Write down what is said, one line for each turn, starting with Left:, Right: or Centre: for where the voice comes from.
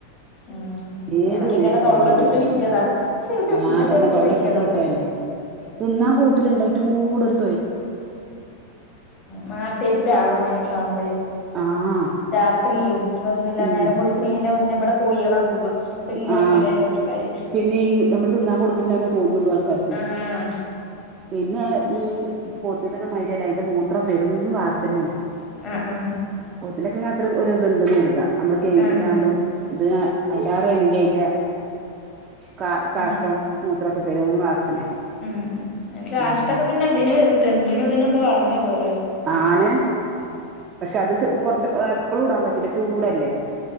Left: ഉം
Right: ഏത്
Left: ഞാനിങ്ങനെ
Right: നേരോം തൊള്ളറുന്ന്തരുന്നു
Left: തൊള്ളട്ടിട്ട് വിറ്റതാ
Right: ആ
Left: ഇന്നെ
Right: അതന്നെ
Left: പേടിച്ചിട്ട്
Right: തൊള്ളട്ടിട്ട്
Left: വിറ്റതാ
Right: വിട്ടേ
Left: ഇവിടെ
Right: തന്നെ തിന്നാ കൂട്ടിലുണ്ടായിട്ടും കൂടൊരു
Left: നാട്ടേര് പ്രാവും അങ്ങനെയൊക്കെ ആകുമ്പോഴേ
Right: ആഹ്
Left: രാത്രിയും ഇതൊന്നുല്ല
Right: ഉം
Left: നേരം മുളുക്കണേന്റെ മുന്നേ ഇവിടെ കോഴികള അ കൂവ എന്നിട്ട് ഇങ്ങനെ
Right: ആഹ്
Left: പറയാലോക്ക കാര്
Right: പിന്നെ ഈ നമ്മൾ തിന്നാൻ കൊടുക്കണില്ലന്നേ തോന്ന്ള്ളൂ ആൾക്കാർക്ക്
Left: ആഹ്
Right: പിന്നെ ഈ പോത്തിന്റെന്നും മാരിയല്ല അതിന്റെ മൂത്രം പെരും വാസ നയാണ്
Left: ആഹ് ആഹ്
Right: പോത്തിന്റെ ഒക്കെ പിന്നെ അത്ര ഒരു അതുണ്ടെന്ന് കരുതാ നമ്മള് കൈകിതാണ്ടും
Left: ആഹ്
Right: ഇതിന <unintelligible> ആണെങ്ക അയിന്റെ കാ കാഷ്ടം
Left: ആഹ്
Right: മൂത്ര പെരും വാസനയാ
Left: ഉം കാഷ്ടൊക്കെ
Right: ഉം
Left: പിന്നെ അതിന് തെങ്ങിനും ഇതിനൊക്കെ വളമയാകുവ
Right: ആണ് പക്ഷെ അത് <unintelligible> കൊറച്ച് <unintelligible> എപ്പളും ഇടാൻ പറ്റൂല ചൂടല്ലേ